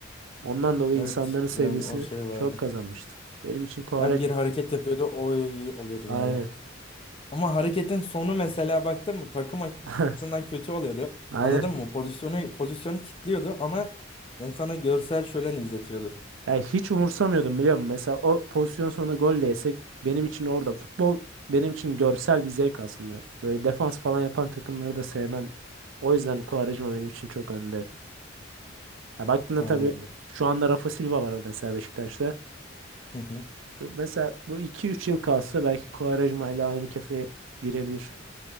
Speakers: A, on the right; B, on the left.
A: Ondan dolayı
B: Evet
A: insanların sevgisini
B: biraz o şey vardı.
A: çok kazanmıştı. Benim için Quaresma.
B: Ya bir hareket yapıyordu o oluyordun
A: Aynen.
B: yani. Ama hareketin sonu mesela baktın mı takım açısından
A: <laughs>
B: kötü oluyordu.
A: Aynen.
B: Anladın mı? Pozisyonu pozisyonu kilitliyordu ama yani sana görsel şölen izletiyordu.
A: Yani hiç umursamıyordum biliyor musun? Mesela o pozisyon sonunda gol de yesek benim için orada futbol benim için görsel bir zevk aslında. Böyle defans falan yapan takımları da sevmem. O yüzden Quaresma benim için çok önde. Ya baktığında
B: Anladım.
A: tabii şu anda Rafa Silva var mesela Beşiktaş'ta.
B: Hı hı.
A: Mesela bu iki üç yıl kalsa belki Quaresma ile aynı kefeye girebilir